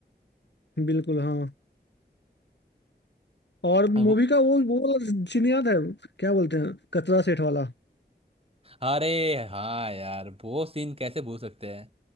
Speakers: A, on the left; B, on the right.
A: बिल्कुल हाँ और मूवी
B: का
A: का वो वो वाला सीन याद है क्या बोलते हैं कचरा सेठ वाला
B: अरे हाँ यार वो सीन कैसे भूल सकते हैं